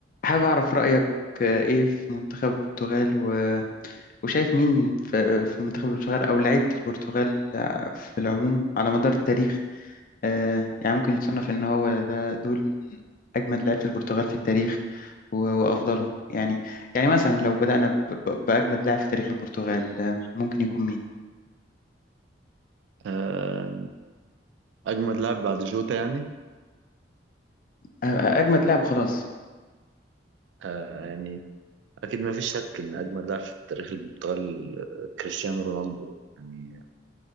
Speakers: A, on the left (about 50°); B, on the right (about 80°).
A: حابب أعرف رأيك آه، إيه في منتخب البرتغال و... وشايف مين في... في منتخب البرتغال أو لعيبة البرتغال آه، في العموم على مدار التاريخ آه، يعني ممكن يتصنف إن هو ده دول من أجمد لعيبة البرتغال في التاريخ و... وأفضلهم يعني يعني مثلا لو بدأنا ب... ب... بأجمد لاعب في تاريخ البرتغال آه، ممكن يكون مين؟
B: آه، أجمد لاعب بعد جوتا يعني
A: آه، أجمد لاعب وخلاص
B: آه، يعني أكيد ما فيش شك إن أجمد لاعب في تاريخ البرتغال آه، كريستيانو رونالدو يعني